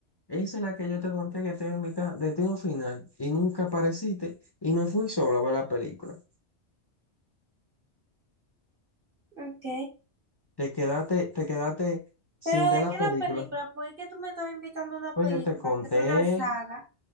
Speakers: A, on the left (about 25°); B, on the right (about 50°).
A: esa es la que yo te conté que te iba a invitar, Destino Final, y nunca apareciste, y me fui solo a ver la película.
B: Ok.
A: Te quedaste, te quedaste sin
B: ¿Pero
A: ver
B: de
A: la
B: qué
A: película.
B: la película? Porque es que tú me estabas invitando a una
A: Pues
B: película,
A: yo te conté.
B: que es una saga.